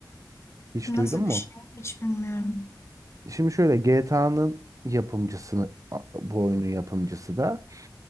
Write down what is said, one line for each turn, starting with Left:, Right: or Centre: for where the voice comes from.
Right: Hiç
Left: Nasıl
Right: duydun
Left: bir
Right: mu?
Left: şey hiç bilmiyorum.
Right: Şimdi şöyle GTA'nın yapımcısını bu oyunun yapımcısı da